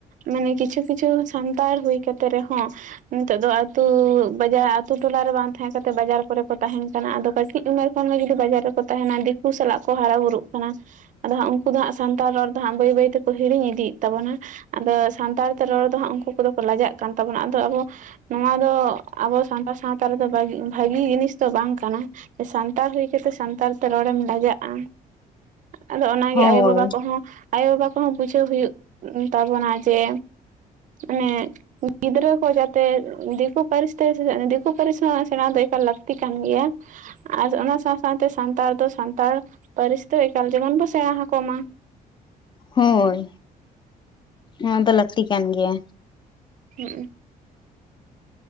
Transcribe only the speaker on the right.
ᱢᱟᱱᱮ ᱠᱤᱪᱷᱩ ᱠᱤᱪᱷᱩ ᱥᱟᱱᱛᱟᱲ ᱦᱩᱭ ᱠᱟᱛᱮᱜ ᱨᱮᱦᱚᱸ ᱱᱤᱛᱚᱜ ᱫᱚ ᱟᱛᱩ ᱵᱟᱡᱟᱨ ᱟᱛᱩ ᱴᱚᱞᱟᱨᱮ ᱵᱟᱝ ᱛᱟᱦᱮᱸ ᱠᱟᱛᱮᱫ ᱵᱟᱡᱟᱨ ᱠᱚᱨᱮ ᱠᱚ ᱛᱟᱦᱮᱸᱱ ᱠᱟᱱᱟ ᱟᱫᱚ ᱠᱟᱹᱴᱤᱡ ᱩᱢᱮᱨ ᱠᱷᱟᱱ ᱜᱮ ᱡᱩᱫᱤ ᱵᱟᱡᱟᱨ ᱨᱮᱠᱚ ᱛᱟᱦᱮᱸᱱᱟ ᱫᱤᱠᱩ ᱥᱟᱞᱟᱜ ᱠᱚ ᱦᱟᱨᱟ ᱵᱩᱨᱩᱜ ᱠᱟᱱᱟ, ᱟᱫᱚ ᱦᱟᱸᱜ ᱩᱱᱠᱩ ᱫᱚ ᱦᱟᱸᱜ ᱥᱟᱱᱛᱟᱲ ᱨᱚᱲ ᱫᱚ ᱦᱟᱸᱜ ᱵᱟᱹᱭ ᱵᱟᱹᱭ ᱛᱮᱠᱚ ᱦᱤᱲᱤᱧ ᱤᱫᱤᱭᱮᱫ ᱛᱟᱵᱚᱱᱟ᱾ ᱟᱫᱚ ᱥᱟᱱᱛᱟᱲ ᱛᱮ ᱨᱚᱲ ᱫᱚ ᱦᱟᱸᱜ ᱩᱱᱠᱩ ᱠᱚᱫᱚ ᱠᱚ ᱞᱟᱡᱟᱜ ᱠᱟᱱ ᱛᱟᱵᱚᱱᱟ ᱟᱫᱚ ᱟᱵᱚ ᱱᱚᱣᱟ ᱫᱚ ᱟᱵᱚ ᱥᱟᱱᱛᱟᱲ ᱥᱟᱶᱛᱟ ᱨᱮᱫᱚ ᱵᱟᱜᱤ ᱵᱷᱟᱹᱜᱤ ᱡᱤᱱᱤᱥ ᱛᱚ ᱵᱟᱝ ᱠᱟᱱᱟ ᱥᱟᱱᱛᱟᱲ ᱦᱩᱭ ᱠᱟᱛᱮᱜ ᱥᱟᱱᱛᱟᱲ ᱛᱮ ᱨᱚᱲᱮᱢ ᱞᱟᱡᱟᱜᱼᱟ᱾ ᱟᱫᱚ ᱚᱱᱟᱜᱮ
ᱟᱭᱳᱼᱵᱟᱵᱟ ᱠᱚᱦᱚᱸ ᱟᱭᱳᱼᱵᱟᱵᱟ ᱠᱚᱦᱚᱸ ᱵᱩᱡᱷᱟᱹᱣ ᱦᱩᱭᱩᱜ ᱛᱟᱵᱚᱱᱟ ᱡᱮ ᱚᱱᱮ ᱜᱤᱫᱽᱨᱟᱹ ᱠᱚ ᱡᱟᱛᱮ ᱫᱤᱠᱩ ᱯᱟᱹᱨᱤᱥ ᱛᱮ ᱥᱮᱪᱮᱫ ᱫᱤᱠᱩ ᱯᱟᱹᱨᱤᱥ ᱦᱚᱸ ᱥᱮᱬᱟ ᱫᱚ ᱮᱠᱟᱞ ᱞᱟᱹᱠᱛᱤ ᱠᱟᱱ ᱜᱮᱭᱟ, ᱟᱨ ᱚᱱᱟ ᱥᱟᱶ ᱥᱟᱶᱛᱮ ᱥᱟᱱᱛᱟᱲ ᱫᱚ ᱥᱟᱱᱛᱟᱲ ᱯᱟᱹᱨᱤᱥ ᱫᱚ ᱮᱠᱟᱞ ᱡᱮᱢᱚᱱ ᱵᱚᱱ ᱥᱮᱬᱟ ᱟᱠᱚ ᱢᱟ᱾
ᱦᱩᱸᱜ ᱩᱸ᱾